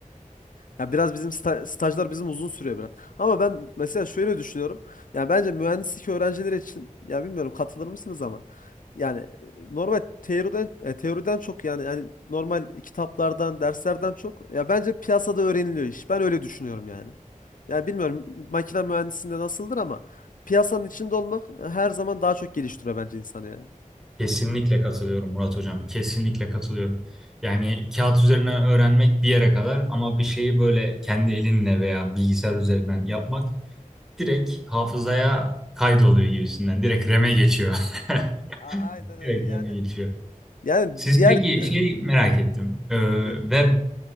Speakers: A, on the left (about 75°); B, in the centre.
A: Ya biraz bizim sta- stajlar bizim uzun sürüyor biraz. Ama ben mesela şöyle düşünüyorum. Ya bence mühendislik öğrencileri için ya bilmiyorum katılır mısınız ama yani e, normal teoriden e, teoriden çok yani yani normal kitaplardan, derslerden çok ya bence piyasada öğreniliyor iş. Ben öyle düşünüyorum yani. Ya bilmiyorum makine mühendisliğinde nasıldır ama piyasanın içinde olmak e, her zaman daha çok geliştiriyor bence insanı yani.
B: Kesinlikle katılıyorum Murat Hocam. Kesinlikle katılıyorum. Yani kağıt üzerine öğrenmek bir yere kadar ama bir şeyi böyle kendi elinle veya bilgisayar üzerinden yapmak direkt hafızaya kaydoluyor gibisinden. Direkt RAM'e geçiyor. <laughs>
A: A- aynen öyle.
B: Direkt
A: Yani
B: RAM'e geçiyor.
A: Yani
B: Siz
A: diğer
B: peki
A: e,
B: şey merak ettim. Ee,
A: buyurun.
B: web